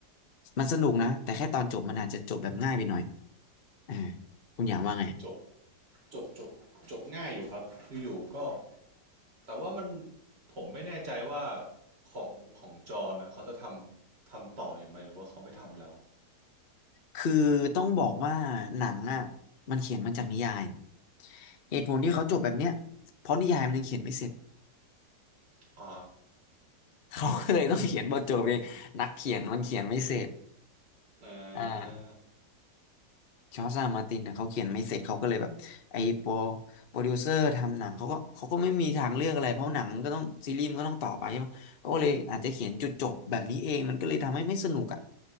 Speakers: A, on the left (about 40°); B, on the right (about 80°).
A: มันสนุกนะแต่แค่ตอนจบมันอาจจะจบแบบง่ายไปหน่อยอ่าคุณอยากว่าไง
B: อืมจบจบจบจบง่ายอยู่ครับอยู่ๆก็แต่ว่ามันผมไม่แน่ใจว่าของของจอห์นนะเขาจะทำทำต่ออยู่ไหมหรือว่าเขาไม่ทำแล้ว
A: คือต้องบอกว่าหนังอะมันเขียนมาจากนิยายเหตุผลที่เขาจบแบบเนี้ยเพราะนิยายมันยังเขียนไม่เสร็จ
B: อ๋อ
A: <laughs> เขาก็เลยต้องเขียนบทจบเองนักเขียนมันเขียนไม่เสร็จ
B: อา
A: อ่า จอร์จอาร์มาตินเนะเขาเขียนไม่เสร็จเขาก็เลยแบบไอ้โปรโปรดิวเซอร์ทำหนังเขาก็เขาก็ไม่มีทางเลือกอะไรเพราะหนังมันก็ต้องซีรีส์มันก็ต้องต่อไปใช่ไหมเขาก็เลยอาจจะเขียนจุดจบแบบนี้เองมันก็เลยทำให้ไม่สนุกอ่ะ